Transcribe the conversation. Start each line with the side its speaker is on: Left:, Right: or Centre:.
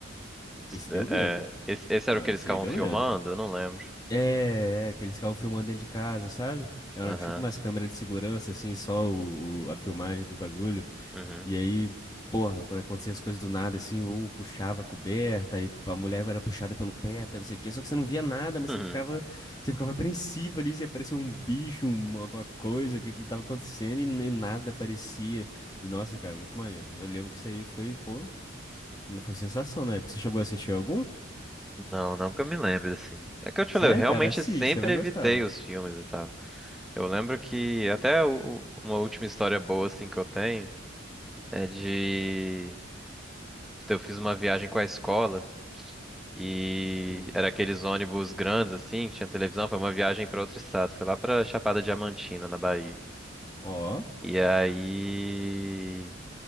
Centre: It's-
Left: Esse
Centre: é,
Left: deu medo.
Centre: é, esse, esse
Left: Não,
Centre: era o que eles
Left: esse
Centre: estavam
Left: aí deu
Centre: filmando?
Left: medo.
Centre: Eu não lembro.
Left: É, é, que eles ficavam filmando dentro de casa, sabe? Eram
Centre: Aham.
Left: tipo umas câmeras de segurança, assim, só o, o- a filmagem do bagulho.
Centre: Uhum.
Left: E aí, porra, quando acontecia as coisas do nada, assim, um puxava a coberta, e a mulher era puxada pelo pé, até não sei o quê, só que você não via nada, mas
Centre: Uhum.
Left: você ficava, você ficava apreensivo ali, se aparecia um bicho, um- alguma coisa, o que que tava acontecendo, e, nem nada aparecia. E nossa, cara, muito maneiro. Eu lembro que isso aí foi, pô, não foi sensação, né? Porque você chegou a assistir algum?
Centre: Não, não que eu me lembre, assim. É que eu te
Left: Sério,
Centre: falei, eu realmente
Left: cara, assiste,
Centre: sempre
Left: você vai gostar.
Centre: evitei os filmes e tal. Eu lembro que até o- o- uma última história boa, assim, que eu tenho é de. Eu fiz uma viagem com a escola. E
Left: Hum.
Centre: era aqueles ônibus grandes, assim, que tinha televisão. Foi uma viagem para outro estado. Foi lá pra Chapada Diamantina, na Bahia.
Left: Ó,
Centre: E aí,